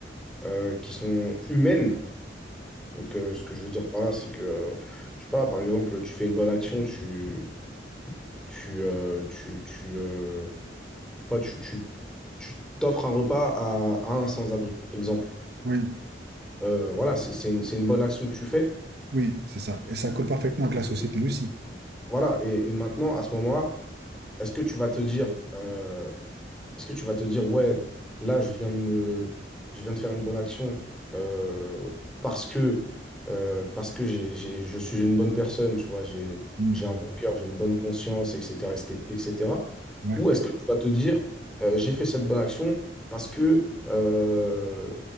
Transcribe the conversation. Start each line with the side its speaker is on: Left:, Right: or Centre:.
Centre: euh, qui sont humaines donc euh, ce que je veux dire par là c'est que euh, je sais pas par exemple tu fais une bonne action tu tu euh, tu tu, euh, Je sais pas, tu, tu, tu t'offres un repas à, à un sans-abri, exemple.
Right: Oui,
Centre: Euh, voilà, c'est, c'est une, c'est une bonne action que tu fais.
Right: oui, c'est ça. Et ça colle parfaitement avec la société aussi.
Centre: Voilà, et, et maintenant, à ce moment-là, est-ce que tu vas te dire, euh, Est-ce que tu vas te dire, ouais, là, je viens de me, je viens de faire une bonne action euh, parce que, euh, parce que j'ai, j'ai- je suis une bonne personne, tu vois, j'ai,
Right: Mhm.
Centre: j'ai un bon cœur, j'ai une bonne conscience, etc., etc.
Right: Ouais.
Centre: Ou est-ce que tu vas te dire, euh, j'ai fait cette bonne action parce que, euh,